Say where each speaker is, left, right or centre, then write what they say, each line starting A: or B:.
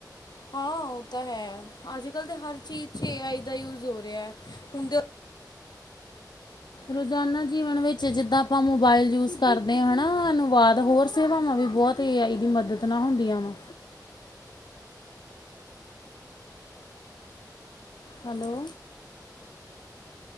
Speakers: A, on the left; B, on the left.
A: ਹਾਂ ਓ ਤਾ ਹੈ। ਅੱਜ ਕੱਲ੍ਹ ਤਾਂ ਹਰ ਚੀਜ਼ ਚ ਏ ਆਈ ਦਾ ਯੂਜ਼ ਹੋ ਰੇਆ ਐ। ਹੁਣਦੇ
B: ਰੋਜ਼ਾਨਾ ਜੀਵਨ ਵਿੱਚ ਜਿੱਦਾਂ ਆਪਾਂ ਮੋਬਾਇਲ ਯੂਜ਼ ਕਰਦੇ ਆਂ ਹੈਨਾ ਅਨੁਵਾਦ ਹੋਰ ਸੇਵਾਵਾਂ ਵੀ ਬੋਤ ਤੇ ਏ ਆਈ ਦੀ ਮਦਦ ਨਾ ਹੁੰਦੀਆਂ ਵਾ। ਹੈਲੋ।